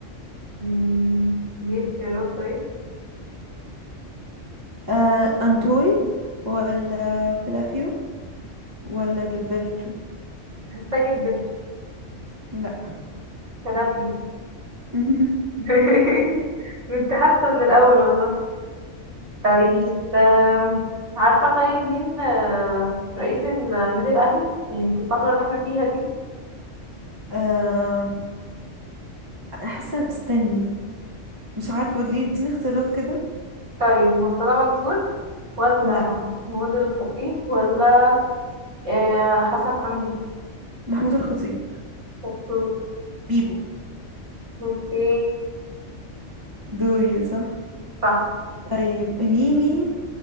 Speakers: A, on the right (about 65°); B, on the right (about 20°).
A: مم، ليه اختيارات طيب
B: آه أنتوي ولا فلافيو ولا جilberto
A: هستعجل برضه
B: لا
A: فلافلي
B: <laughs>
A: <laughs> كنت حاسة من الأول والله طيب آم، عارفة طيب مين آه، رئيس النادي الأهلي يعني في الفترة اللي احنا فيها دي
B: آه... حسن استني مش عارفة ليه اديني اختيارات كده
A: طيب مرتضى منصور ولا
B: لا
A: محمود الخطيب ولا آه، حسن حمدي
B: محمود الخطيب
A: شطور
B: بيبو
A: اوكي
B: دوري صح
A: صح
B: طيب قوليلي